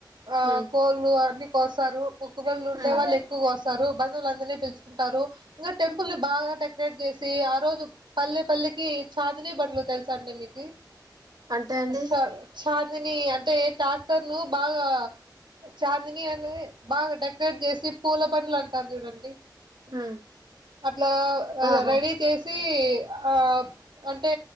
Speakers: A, on the right; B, on the right.
A: ఆ
B: మ్
A: కోళ్ళు అన్ని కోస్తారు పక్కు బళ్ు ఉండే
B: మ్
A: వాళ్ళు ఎక్కువగా వస్తారు బంధులు అందరినీ పిలుచుకుంటారు ఇంకా టెంపుల్ ని బాగా డెకరేట్ చేసి ఆ రోజు పల్లె పల్లెకి చాందిని బడ్లు తెలుసా అండి మీకి
B: అంటే అండి
A: చ చాందిని అంటే టక్టర్ ను బాగా చాందిని అని బాగా డకరేట్ చేసి పూల బ <unintelligible> అంటారు చూడండి
B: మ్
A: అట్లా అ
B: ఆహా
A: రెడీ చేసి అబ్ అంటే